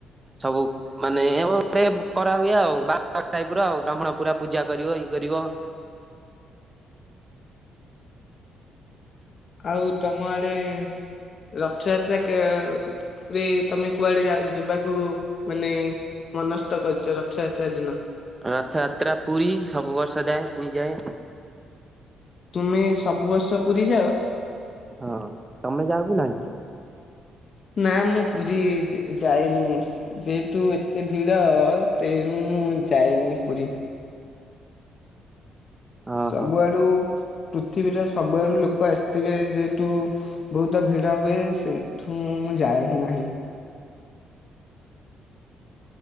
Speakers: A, on the right (about 20°); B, on the left (about 50°).
A: ସବୁ ମାନେ ଗୋଟେ କରା ହୁଏ ଆଉ ବାହାଘର ଟାଇପ ର ଆଉ ବ୍ରାହ୍ମଣ ପୁରା ପୂଜା କରିବ ଇଏ କରିବ।
B: ଆଉ ତମ ଆଡେ ରଥଯାତ୍ରା କେ ଏ ରେ ତମେ କୁଆଡେ ଯାଉ ଯିବାକୁ ମାନେ ମନସ୍ଥ କରିଛ ରଥଯାତ୍ରା ଦିନ?
A: ରଥଯାତ୍ରା ପୁରୀ ସବୁ ବର୍ଷ ଯାଏ ପୁଇଁ ଯାଏ।
B: ତୁମେ ସବୁ ବର୍ଷ ପୁରୀ ଯାଅ?
A: ହଁ ତମେ ଯାଉ କି ନାହିଁ?
B: ନା ମୁଁ ପୁରୀ ଯି ଯାଇନି। ଯେହେତୁ ଏତେ ଭିଡ ତେଣୁ ମୁଁ ଯାଇନି ପୁରୀ।
A: ଓହୋ
B: ସବୁଆଡୁ ପୃଥିବୀର ସବୁଆଡୁ ଲୋକ ଆସିଥିବେ ଯେହେତୁ ବହୁତ ଭିଡ ହୁଏ ସେଠୁ ମୁଁ ଯାଏ ହିଁ ନାହିଁ।